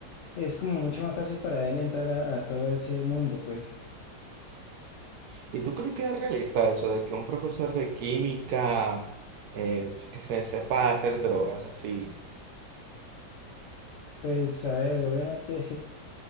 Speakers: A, on the left; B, on the right.
A: es como mucho más fácil para él entrar a, a todo ese mundo, pues,
B: ¿Y tú crees que es realista eso de que un profesor de química eh, que se sepa hacer drogas así?
A: pues, a ver, obviamente <laughs>